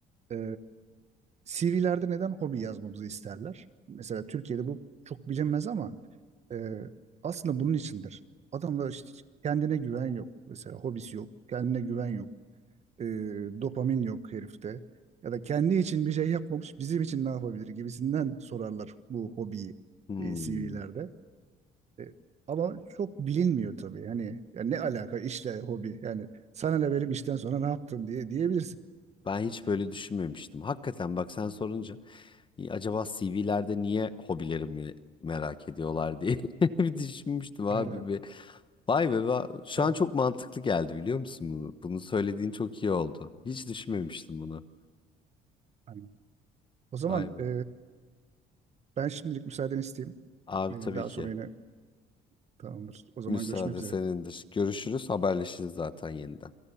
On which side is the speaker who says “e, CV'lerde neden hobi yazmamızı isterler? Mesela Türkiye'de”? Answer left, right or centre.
Right